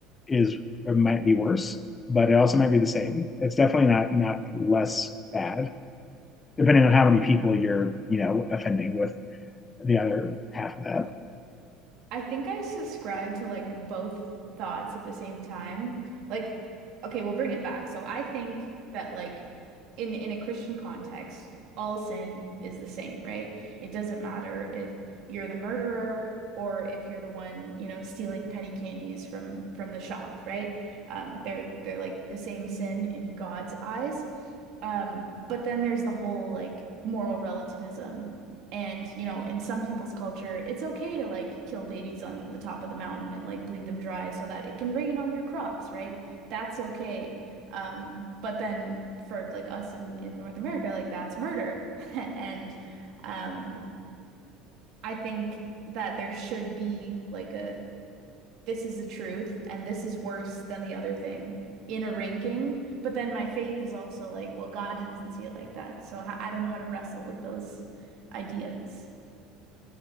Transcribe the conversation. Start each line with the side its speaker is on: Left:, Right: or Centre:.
Left: is it might be worse, but it also might be the same. It's definitely not not less bad, depending on
Right: I
Left: how many people you're you know offending with the other half of that.
Right: I think I subscribe to like both thoughts at the same time. Like, okay, we'll bring it back. So I think that like in in a Christian context, all sin is the same, right? It doesn't matter if you're the murderer or if you're the one, you know, stealing penny candies from from the shop, right? Um, they're they're like the same sin in God's eyes. Um, but then there's the whole like moral relativism and, you know, in some people's culture, it's okay to like kill babies on the top of the mountain and like bleed them dry so that it can rain on your crops, right? That's okay. Um, but then for like us in, in North America, like that's murder. <laughs> And um, I think that there should be like a this is the truth and this is worse than the other thing in a ranking. But then my faith is also like, well, God doesn't see it like that. So I I don't know how to wrestle with those ideas.